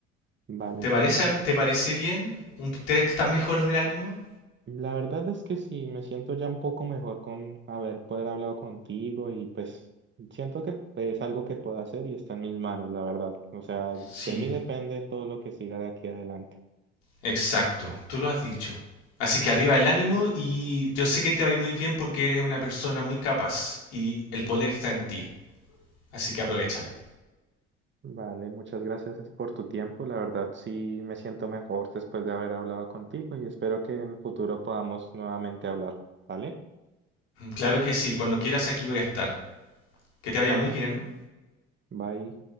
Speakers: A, on the right; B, on the left.
A: Vale,
B: ¿Te
A: sí,
B: parece,
A: no.
B: te parece bien? ¿Un- ¿Te, te estás mejor de ánimo?
A: La verdad es que sí, me siento ya un poco mejor con haber poder hablado contigo y pues siento que es algo que puedo hacer y está en mis manos, la verdad. O sea,
B: Sí,
A: de mí depende todo lo que siga de aquí adelante.
B: exacto, tú lo has dicho. Así que arriba el ánimo y yo sé que te va a ir muy bien porque eres una persona muy capaz y el poder está en ti. Así que aprovéchalo.
A: Vale, muchas gracias por tu tiempo. La verdad sí me siento mejor después de haber hablado contigo y espero que en el futuro podamos nuevamente hablar. ¿Vale?
B: Claro que sí, cuando quieras aquí voy a estar. Que te vaya muy bien.
A: Bye.